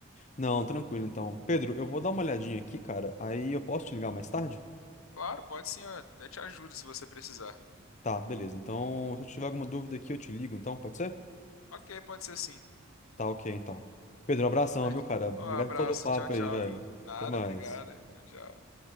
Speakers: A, on the left; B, on the left.
A: Não, tranquilo, então. Pedro, eu vou dar uma olhadinha aqui, cara, aí eu posso te ligar mais tarde?
B: Claro, pode sim, eu até te ajudo se você precisar.
A: Tá, beleza. Então, se eu tiver alguma dúvida aqui, eu te ligo, então, pode ser?
B: Ok, pode ser sim.
A: Tá ok, então. Pedro, abração,
B: Certinho.
A: viu, cara? Obrigado
B: Um abraço,
A: pelo papo
B: tchau, tchau,
A: aí, velho.
B: viu? Nada,
A: Até mais.
B: obrigado. Tchau, tchau.